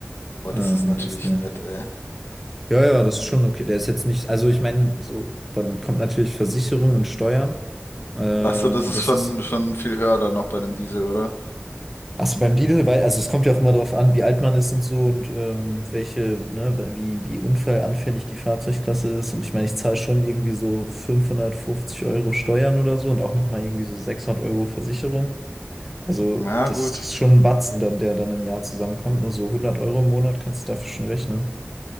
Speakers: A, on the left (about 65°); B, in the centre.
A: boah,
B: Ähm,
A: das ist natürlich
B: ist ne.
A: nett, ey.
B: Ja, ja, das ist schon okay. Der ist jetzt nicht, also ich meine, so, dann kommt natürlich Versicherung und Steuern. Äh,
A: Ach so, das ist
B: das
A: schon,
B: ist.
A: schon viel höher dann noch bei einem Diesel, oder?
B: Achso, beim Lidl, weil, also es kommt ja auch immer darauf an, wie alt man ist und so und ähm, welche, ne, wie, wie unfallanfällig die Fahrzeugklasse ist. Und ich meine, ich zahle schon irgendwie so 550 Euro Steuern oder so und auch nochmal irgendwie so 600 Euro Versicherung. Also
A: Na
B: das
A: gut.
B: ist schon ein Batzen dann, der dann im Jahr zusammenkommt. Nur so 100 Euro im Monat kannst du dafür schon rechnen.